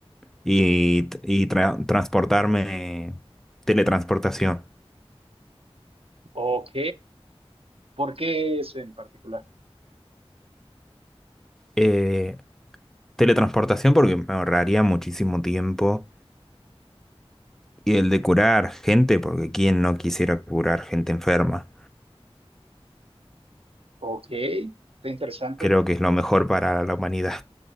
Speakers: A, in the centre; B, on the right.
A: y, y tra- transportarme, teletransportación.
B: Ok, ¿por qué ese en particular?
A: Eh, teletransportación porque me ahorraría muchísimo tiempo. Y el de curar gente, porque ¿quién no quisiera curar gente enferma?
B: Ok, está interesante.
A: Creo que es lo mejor para la humanidad.